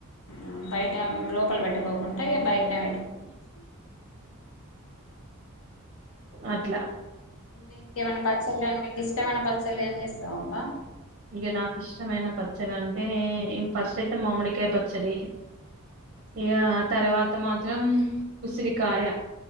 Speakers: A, on the left; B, on the right.
A: ఉమ్ బయట లోపల బెట్టుకోకుంటె బయటనే వెట్టుకుంటె మంచిగుం
B: అట్ల
A: ఇంగ ఇంకేమన్నా పచ్చలని మీకు ఇష్టమైన ప పచ్చలు ఏం జేస్తవమ్మ
B: ఇగ నాకిష్టమైన ప చ్చడంటే ఇం ఫస్ట్ అయితే మామిడికాయ పచ్చడి, ఇగ తర్వాత మాత్రం ఉసిరికాయ.